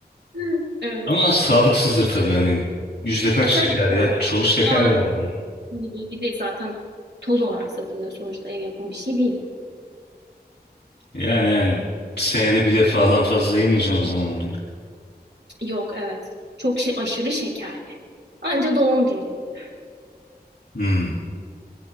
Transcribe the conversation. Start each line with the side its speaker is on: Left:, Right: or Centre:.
Right: <laughs> Evet.
Left: Ama sağlıksızdır tabii hani. Yüzde kaç
Right: E,
Left: şeker
Right: tabii ki
Left: ya? Çoğu şeker
Right: yani
Left: galiba onun.
Right: gibi bir de zaten toz olarak satılıyor sonuçta ev yapımı bir şey değil.
Left: Yani yani senede bir defadan fazla yemeyeceğim o zaman onu. ya.
Right: Yok evet. Çok şey aşırı şekerli. Anca doğum günlerinde.
Left: Hmm.